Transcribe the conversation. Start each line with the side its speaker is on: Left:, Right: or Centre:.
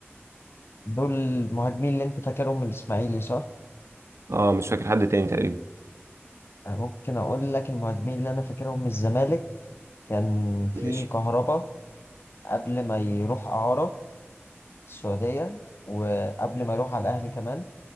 Left: دول المهاجمين اللي انت فاكرهم من الاسماعيلي صح؟
Right: اه مش فاكر حد تاني تقريبا
Left: أنا ممكن اقول لك المهاجمين اللي انا فاكرهم من الزمالك كان في
Right: ماشي
Left: كهربا قبل ما يروح اعاره السعوديه وقبل ما يروح على الاهلي كمان